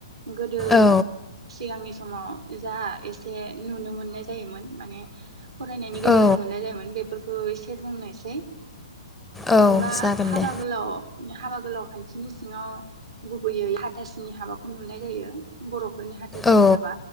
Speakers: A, on the right; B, in the centre.
A: गोदो
B: औ
A: सिगांनि समाव जा एसे नुनो मोननाय जायोमोन माने फरायनायनि गेजेरजों
B: औ
A: मोननाय जायोमोन बेफोर ओ एसे बुंनाय सै।
B: औ
A: जेनोबा
B: जागोन
A: हाबा
B: दे
A: गोलाव हाबा गोलाव खान थिनि सिङाव गुबैयै हाथासुनि हाबाखौ नुनाय जायो बर' फोरनि हाथासुनि
B: औ
A: हाबा।